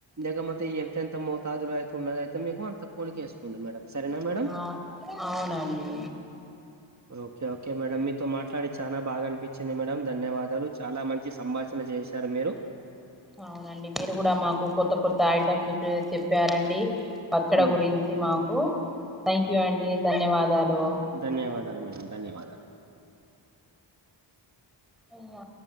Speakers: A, on the right; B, in the centre.
A: దగమతి ఎంత ఎంత మోతాదులో అయితున్నది అయితే మీకు అంత పొనికేసుకోండి మేడం సరేనా మేడం
B: ఆ అవునండి
A: ఓకే ఓకే మేడమ్ మీతో మాట్లాడి చాలా బాగా అనిపించింది మేడం ధన్యవాదాలు చాలా మంచి సంభాషణ చేశారు మీరు
B: అవునండి మీరు కూడా మాకు కొత్త కొత్త ఐటమ్స్ చెప్పారండి పచ్చడి
A: ఉమ్,
B: గురిం మాకు థ్యాంక్ యూ అండి ధన్యవాదాలు
A: ధన్యవాదాలు మేడం ధన్యవాదాలు
B: ఉ ఆ